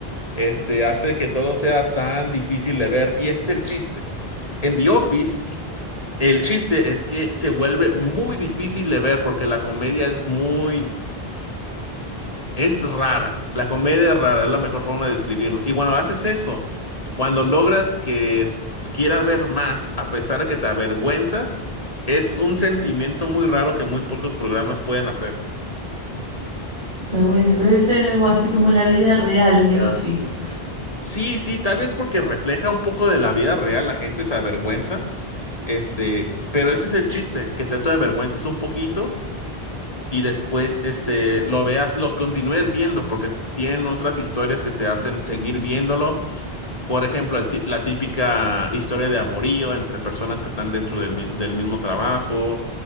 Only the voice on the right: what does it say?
está bueno, debe ser algo así como la vida real de Office.